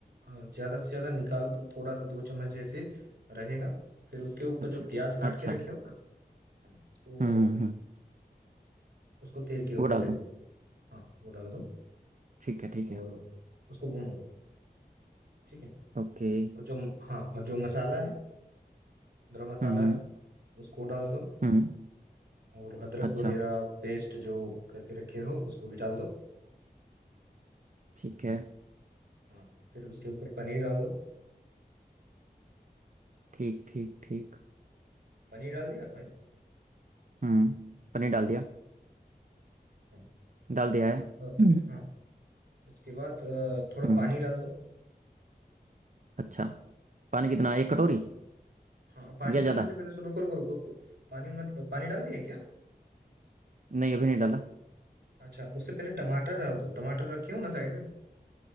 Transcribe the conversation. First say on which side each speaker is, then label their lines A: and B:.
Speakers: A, on the right; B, on the right.
A: अ, ज्यादा से ज्यादा निकाल दो थोड़ा सा दो चम्मच ऐसे रहेगा फिर उसके ऊपर
B: अच्छा
A: जो प्याज काट
B: अच्छा
A: के रखे
B: हम्म
A: हो ना हाँ, उसको
B: हम्म हम्म,
A: उसको तेल के ऊपर
B: वो डाल
A: दे
B: दूँ
A: दो हाँ वो डाल दो
B: ठीक है ठीक
A: और
B: है
A: उसको भूनो ठीक है
B: ओके
A: और जो हाँ और जो मसाला है गरम मसाला
B: हम्म हम्म
A: है उसको डाल दो
B: हम्म,
A: और अदरक
B: अच्छा
A: वगैरह पेस्ट जो करके रखे हो उसको भी डाल दो
B: ठीक है
A: हाँ फिर उसके ऊपर पनीर डाल दो
B: ठीक ठीक ठीक
A: पनीर डाल दिया भाई
B: हम्म पनीर डाल दिया
A: हाँ
B: डाल
A: उसके
B: दिया
A: बाद
B: है
A: अ,
B: हम्म
A: हाँ उसके बाद अ, थोड़ा
B: हम्म,
A: पानी डाल दो
B: अच्छा पानी कितना एक कटोरी
A: हाँ पानी
B: या
A: डालने
B: ज़्यादा
A: से पहले रुको रुको रुको रुको पानी मत पानी डाल दिया है क्या
B: नहीं अभी नहीं डाला
A: अच्छा उससे पहले टमाटर डाल दो टमाटर रखे हो ना साइड में